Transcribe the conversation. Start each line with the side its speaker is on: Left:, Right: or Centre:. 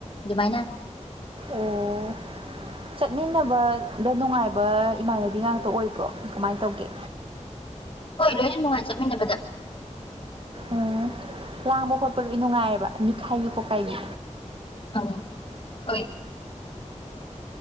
Left: ꯗꯨꯃꯥꯏꯅ
Right: ꯑꯣ ꯆꯠꯃꯤꯟꯅꯕꯗ ꯅꯨꯡꯉꯥꯏꯕ ꯏꯃꯥꯟꯅꯕꯤ ꯉꯥꯛꯇ ꯑꯣꯏꯕ꯭ꯔꯣ ꯀꯃꯥꯏ ꯇꯧꯒꯦ
Left: ꯍꯣꯏ ꯂꯣꯏꯅ ꯅꯨꯡꯉꯥꯏ ꯆꯠꯃꯤꯟꯅꯕꯗ
Right: ꯑꯣ ꯂꯥꯡꯕ ꯈꯣꯠꯄ ꯂꯣꯏ ꯅꯨꯡꯉꯥꯏꯌꯦꯕ ꯑꯅꯤꯈꯥꯏꯕꯤ ꯈꯣꯀꯥꯏꯕꯤ
Left: ꯑꯪ ꯍꯣꯏ